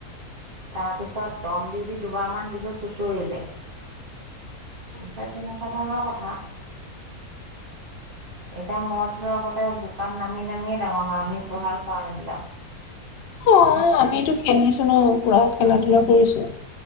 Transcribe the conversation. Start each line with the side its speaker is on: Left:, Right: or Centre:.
Right: তাৰ পিছত দম দি দি দুবাৰমান দিলো চুচৰিলে। তাতে ন? এ ধৰণৰ কথা। এতিয়া মদ লোৱা আগতে বুকু বোকাত নামি নামিয়ে ডাঙৰ হোৱা আমি ভাল পাওঁ এইবিলাক।
Left: অ, আমিতো খেলিছো ন পুৰা খেলা -ধূলা কৰিছো।